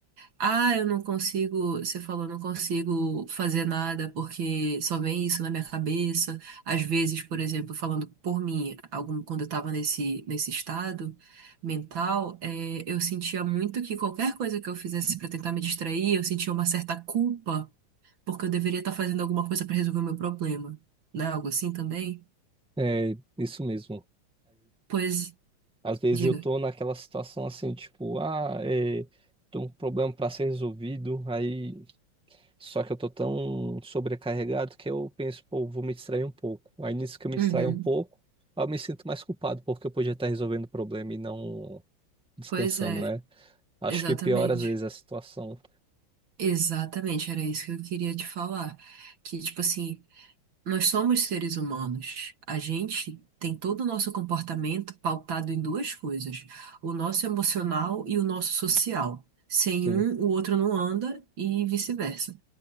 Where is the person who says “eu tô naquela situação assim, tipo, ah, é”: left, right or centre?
Centre